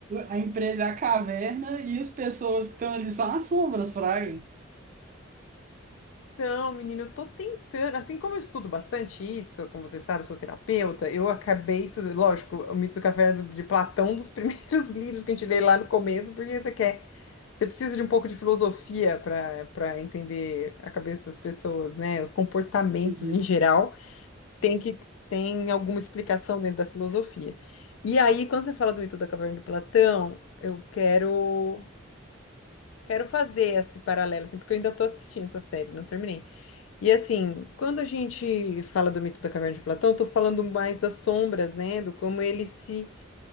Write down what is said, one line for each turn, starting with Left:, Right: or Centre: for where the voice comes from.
Right: a empresa é a caverna e as pessoas que estão ali são as sombras, fraga.
Left: Então, menino, eu tô tentando. Assim como eu estudo bastante isso, como você sabe, eu sou terapeuta, eu acabei isso, lógico, o Mito do Café de Platão, um dos primeiros <laughs> livros que a gente lê lá no começo, porque você quer Você precisa de um pouco de filosofia para para entender a cabeça das pessoas, né? Os comportamentos
Right: Entendi.
Left: em geral tem que tem alguma explicação dentro da filosofia. E aí, quando você fala do mito da caverna do Platão, eu quero quero fazer esse paralelo, assim, porque eu ainda estou assistindo essa série, não terminei. E assim, quando a gente fala do mito da caverna de Platão, eu tô falando mais das sombras, né? Do como ele se